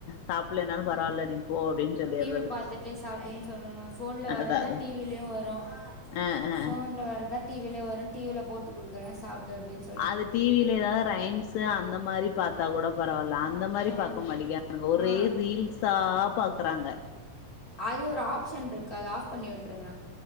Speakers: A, on the left (about 80°); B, on the left (about 30°).
A: சாப்புலனாலூ பரவால்ல நீ போ அப்டின்னு சொல்லிட்றது
B: டி வி பாத்துட்டு சாப்டுன் சொல்லுங்க போன்ல வர்றதா
A: அதா அதா
B: டி விலயு வரு
A: ஆ ஆ
B: போன்ல வர்றதா டி விலயூ வரு டி வில போட்டு குடுக்கற சாப்ட்டு அப்டின் சொ
A: அது டி வில எதாவது ரைம்ஸ்ஸு அந்த மாரி பாத்தா கூட பரவால்ல அ ந்த மாரி
B: ஆ
A: பாக்க மாடிக்றாங்க ஒரே
B: ஆ
A: ரீல்ஸ்ஸா பாக்கறாங்க
B: அது ஒரு ஆப்ஷன்ருக்கு அது ஆஃப் பண்ணி விட்ருங்க